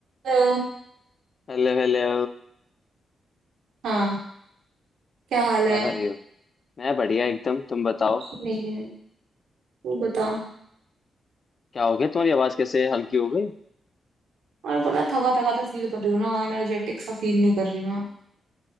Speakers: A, on the right; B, on the left.
A: Hello
B: Hello hello
A: हाँ क्या हाल
B: क्या
A: है
B: कर रही हो मैं बढ़िया एकदम तुम बताओ
A: कुछ नहीं है तू बता
B: क्या हो गया तुम्हारी आवाज कैसे हल्की हो गई
A: और बोला थका थका तो फील कर रही हूँ ना एनर्जेटिक सा फील नहीं कर रही मैं <laughs>